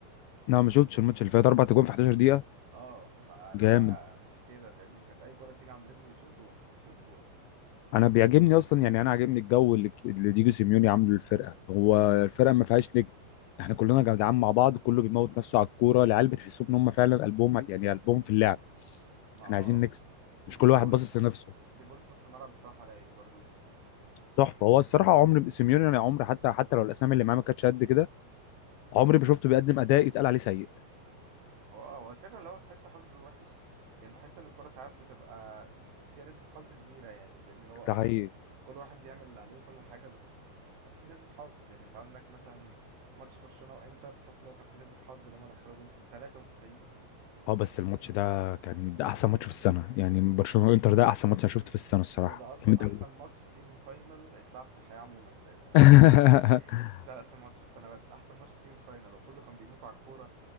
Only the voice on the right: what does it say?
اه فاللي
هو مش كده فاهمني كانت اي كره تيجي عند رجله يشوط جوه يشوط جوه
ما اه
ودي
بول
دي بول في نص الملعب بصراحه رايق برضو
هو اه هو الفكره اللي هو تحس حظه وحش يعني بحس ان الكره ساعات بتبقى فيها نسبه حظ كبيره يعني فاهمني اللي هو اه
كل واحد بيعمل اللي عليه وكل حاجه بس في نسبة حظ يعني انت عندك مثلا ماتش برشلونة وانتر تحس لو كان في نسبة حظ اللي هما دخلوا جون في ال 93
وده اصلا
احسن
ماتش سيمي فاينل اتلعب في الحياة عموما فاهم يعني ما
في <laughs> مش على اسم ماتش بس انا بس احسن ماتش سيمي فاينل وكله كان بيموت على الكورة